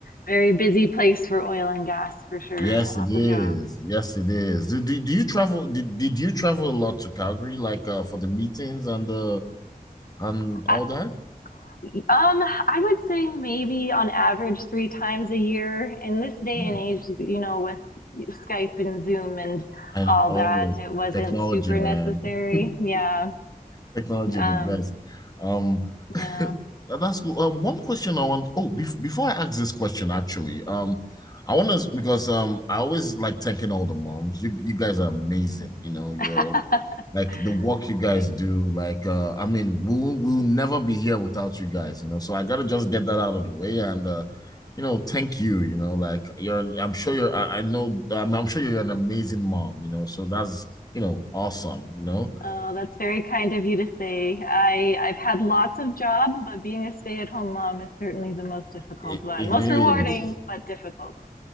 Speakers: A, on the left; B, on the left.
A: very busy place for oil and gas for sure.
B: yes,
A: Lots
B: it is,
A: of jobs.
B: yes it is. Do, do, do you travel? Did, did you travel a lot to Calgary, like uh, for the meetings and the and all
A: I-
B: that?
A: Um, I would say maybe on average three times a year. In this day
B: Mm.
A: and age, you know, with Skype and Zoom and
B: And
A: all
B: oh,
A: that, it wasn't
B: technology,
A: super
B: man.
A: necessary.
B: <laughs>
A: Yeah.
B: Technology,
A: Um,
B: the best. Um, <laughs>
A: yeah.
B: that's good. Uh, one question I want. Oh, bef before I ask this question, actually, um, I want to because um, I always like thanking all the moms. You you guys are amazing. You know,
A: <laughs>
B: you're like the work you guys
A: Thanks.
B: do. Like, uh, I mean, we'll we'll never be here without you guys. You know, so I gotta just get that out of the way and uh, you know, thank you. You know, like you're. I'm sure you're. I, I know. I'm, I'm sure you're an amazing mom. You know, so that's you know awesome. You know.
A: Oh, that's very kind of you to say. I, I've had lots of jobs, but being a stay-at-home mom is certainly the most difficult
B: It,
A: one.
B: it
A: Most
B: is
A: rewarding, but difficult.